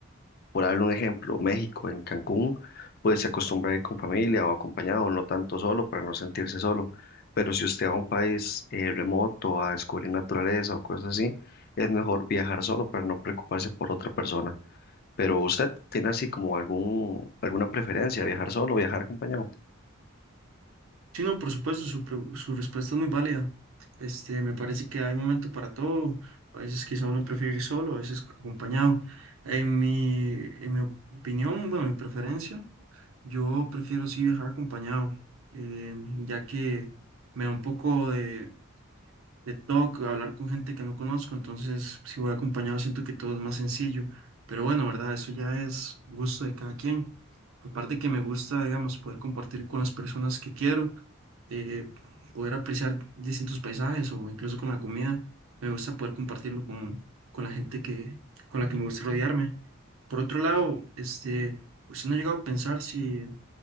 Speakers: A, on the left; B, on the right.
A: por darle un ejemplo, México, en Cancún, pues se acostumbra a ir con familia o acompañado, no tanto solo para no sentirse solo. Pero si usted va a un país eh, remoto a descubrir naturaleza o cosas así, es mejor viajar solo para no preocuparse por otra persona. Pero usted tiene así como algún, alguna preferencia, viajar solo o viajar acompañado.
B: Sí, no, por supuesto, su, pre- su respuesta es muy válida. Este, me parece que hay momento para todo. A veces quizá uno prefiere ir solo, a veces acompañado. En mi, en mi opinión, bueno, mi preferencia, yo prefiero sí viajar acompañado, eh, ya que me da un poco de, de toque hablar con gente que no conozco, entonces si voy acompañado siento que todo es más sencillo. Pero bueno, ¿verdad? Eso ya es gusto de cada quien. Aparte que me gusta, digamos, poder compartir con las personas que quiero eh, poder apreciar distintos paisajes o incluso con la comida. Me gusta poder compartirlo con, con la gente que, con la que me gusta rodearme. Por otro lado, este, usted no ha llegado a pensar si